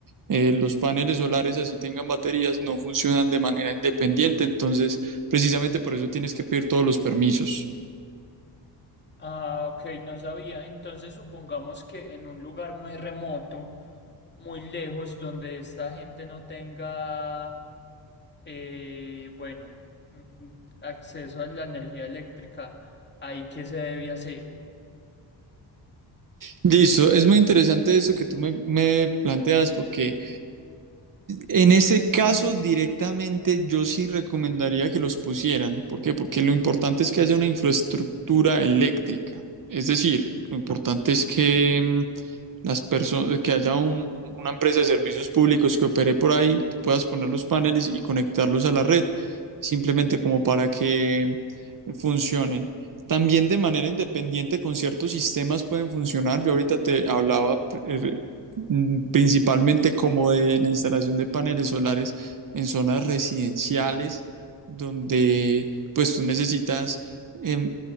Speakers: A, on the right; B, on the left.
A: eh, los paneles solares, así tengan baterías, no funcionan de manera independiente. Entonces, precisamente por eso tienes que pedir todos los permisos.
B: Ah, ok, no sabía. Entonces supongamos que en un lugar muy remoto, muy lejos, donde esta gente no tenga, eh, bueno, mm, acceso a la energía eléctrica, ¿ahí qué se debe hacer?
A: Listo, es muy interesante eso que tú me, me planteas porque En ese caso, directamente yo sí recomendaría que los pusieran. ¿Por qué? Porque lo importante es que haya una infraestructura eléctrica. Es decir, lo importante es que mm, las personas, que haya un- un- una empresa de servicios públicos que opere por ahí, tú puedas poner los paneles y conectarlos a la red, simplemente como para que mm, funcionen. También de manera independiente con ciertos sistemas pueden funcionar. Yo ahorita te hablaba eh, mm, principalmente como de la instalación de paneles solares en zonas residenciales donde pues tú necesitas eh,